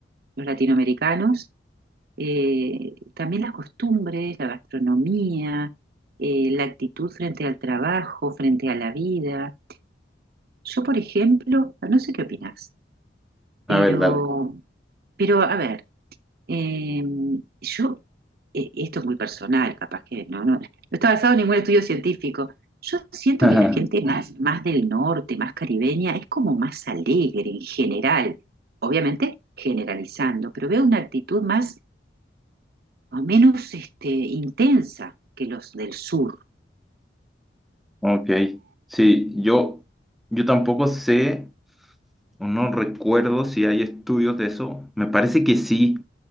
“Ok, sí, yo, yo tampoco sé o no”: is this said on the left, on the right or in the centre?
Centre